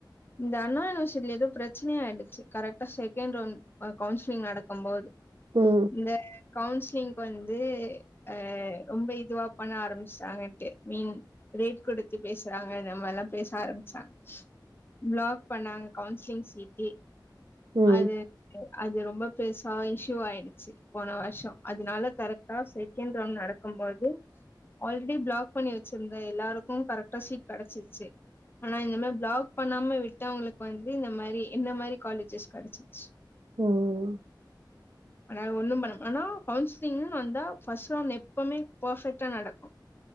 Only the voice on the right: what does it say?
ம்
ம்
ம்